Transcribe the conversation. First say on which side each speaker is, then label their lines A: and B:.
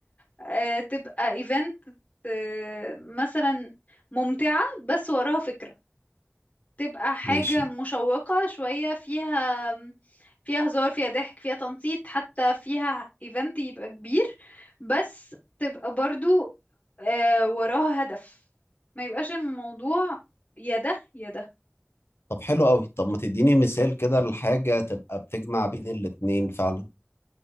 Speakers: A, on the left (about 35°); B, on the left (about 80°).
A: آه تبقى ايفنت آه مثلا ممتعه بس وراها فكره تبقى حاجة
B: ماشي
A: مشوقة شوية فيها فيها هزار فيها ضحك فيها تنطيط حتى فيها ايفنت يبقى كبير بس تبقى برضو آه، وراها هدف ما يبقاش الموضوع يا ده يا ده
B: طب حلو قوي طب ما تديني مثال كده لحاجة تبقى بتجمع بين الاتنين فعلا